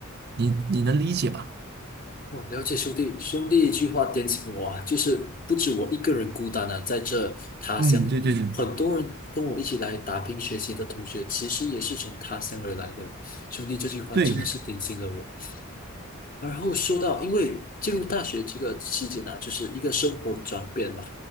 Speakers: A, on the right; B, on the left.
A: 你你能理解吧？
B: 哇，了解兄弟，兄弟一句话点醒我啊，就是不止我一个人孤单啊，在这他乡，
A: 嗯，对对对
B: 很多人跟我一起来打拼学习的同学，其实也是从他乡而来的。兄弟这句话真的是点醒了我，
A: 对，
B: 然后说到，因为进入大学这个期间呢、就是一个生活的转变嘛。